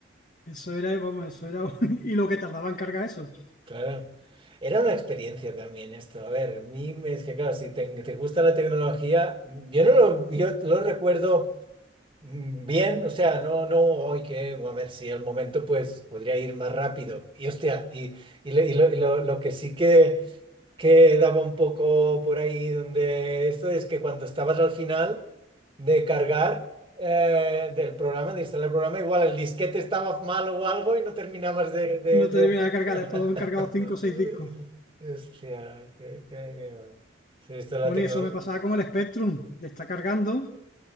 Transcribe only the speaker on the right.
Claro. Era una experiencia también esto. A ver, a mí me- es que claro, si te, te gusta la tecnología, yo no lo, yo lo recuerdo mm, bien, o sea, no, no, hoy que, a ver si al momento pues podría ir más rápido. Y hostia, y, y, lo, y lo- y lo- lo que sí que que daba un poco por ahí donde esto es que cuando estabas al final de cargar eh, del programa, de instalar el programa, igual el disquete estaba mal o algo y no terminabas de... de,
de-
<laughs>
Hostia, qué, qué- qué bueno. Sí, esto de la
tecnología...